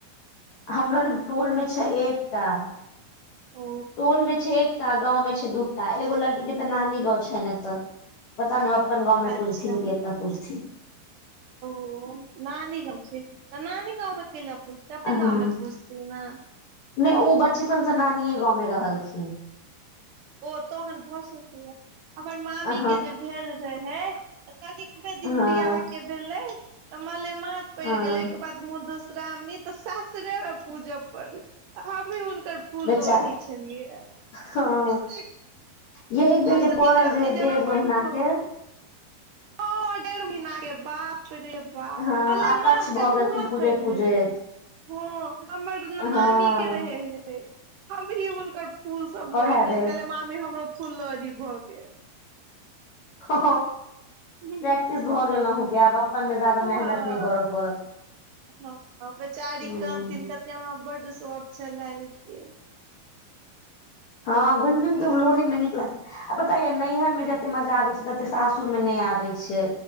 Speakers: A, on the left; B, on the right.
A: हमरा त टोल मे छै एकटा,
B: ओ
A: टोल मे छै एकटा गाँं में छै दूटा एगो लड़की के तऽ नानी गाँंव छै ने तऽ, पता नहि ओ अपन गाँवमे
B: अच्छा
A: पूजथिन कि एतय पूजथिन?
B: ओ नानी गाँव छै नानी गाँंव मे क लि पूछते अपने
A: हँ
B: गाँवमे पुछते ने?
A: नहि ओ बचपनसँ नानि गाँवमें रहलखिन,
B: ओ तोहन भऽ सकैया हमर मामी
A: हँ
B: के जे भेल रहै? त कनिकबे दिन
A: हँ
B: बिआाह के भेलै तऽ मल <unintelligible> माछ पड़ि
A: हँ
B: गेल ओहिके बाद मशरा न <unintelligible> तऽ सासुरे मे पूजय पड़लै हमी हुनकर फूल
A: बेचारी
B: लोढ़े छलियै।
A: हँ
B: ए <inaudible>
A: ये एक बेर
B: काम
A: जे
B: रात
A: पड़ल रहे
B: जमा
A: डेढ़ महीना
B: बस <unintelligible>
A: के
B: ओ डेढ़ महिने बापरे, वाह
A: हँ
B: मालेमास
A: अकच्छ भऽ
B: के
A: गेलखिन
B: तुरत
A: पूजैत
B: पड़
A: पूजैत
B: गेलै, हँ हमर दूनो मामी
A: हँ
B: के रहे हे, हम भी हुनकर फूल सब
A: ओएह
B: लोड़ि देले
A: बेर
B: कहले मामी हमरो फूल लड़ी भऽ गेल,
A: हँ
B: गेल
A: प्रैक्टिस भऽ गेलहुँ कि आब अपन मे जादाा
B: हँ
A: मेहनत नहि करऽ पड़त,
B: हँ बेचारी
A: ह
B: कहनथिन कत हमरा बड शौक छले के, आब
A: हँ घुम्म
B: कहबै की
A: घूम लोढ़े मे निकल, आ पता यऽ नैहर में जतेऽ मजा आबे छै, तते सासुर मे नहि आबै छै।